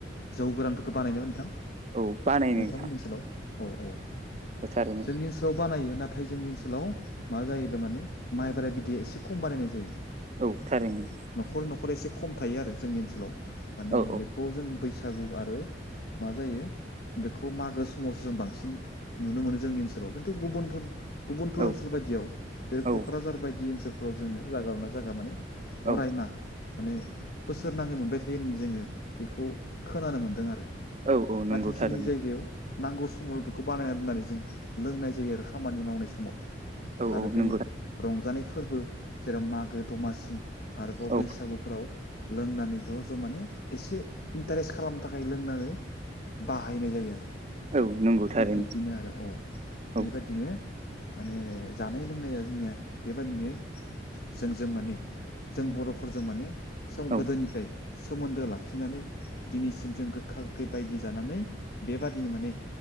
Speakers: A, on the left (about 60°); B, on the right (about 40°).
A: जौ गोरानफोरखौ बानायनो नोंथां
B: औ बानायनो
A: नोंथांमोननि
B: नोंथां
A: ओनसोलाव औ औ
B: थारैनो
A: जोंनि ओनसोल ओनाव बानायो नाथाय जोंनि ओनसोलाव मा जाहैबाय माने माइब्रा बिदैया एसे खम बानायनाय जायो
B: औ थारैनो
A: न'खर न'खर एसे खम थायो आरो जोंनि ओनसोलाव माने
B: औ
A: बेखौ जों बैसागु आरो मा जायो बेखौ मागो समावसो जों बांसिन नुनो मोनो जोंनि ओनसोलाव। खिन्थु गुबुनफोर गुबुनफोर
B: औ
A: ओनसोल बायदियाव जेरै
B: औ
A: क'क्राझार बायदि ओनसोलफ्राव जोङो जागा लाना जागा माने
B: औ
A: अरायमाहा माने बोसोर नाङै मोनबाय थायो होननानै जोङो बेखौ खोनानो मोन्दों आरो
B: औ नंगौ
A: नाथाय जोंनि
B: थारैनो
A: जायगायाव नांगौ समावल' बेखौ बानायना दोननानै जों लोंनाय जायो आरो खामानि मावनाय समाव
B: औ
A: आरो
B: औ
A: ब
B: नंगौ
A: रंजानाय फोरबो जेराव मागो दमासि आरोबाव
B: औ
A: बैसागुफोराव लोंनानै ज' ज' माने एसे इन्टारेस्ट खालामनो थाखाय लोंनानै बाहायनाय जायो आरो
B: औ नंगौ
A: थिग
B: थारैनो
A: बिब्दिनो आरो औ
B: औ
A: बेबायदिनो माने जानाय-लोंनाया जोंनिया बेबायाददिनो जोंजों माने जों बर'फोरजों माने सोम
B: औ
A: गोदोनिफ्राय सोमोन्दो लाखिनानै दिनैसिम जों गोखा-गोैखै बायदि जानानै बेबादिनो माने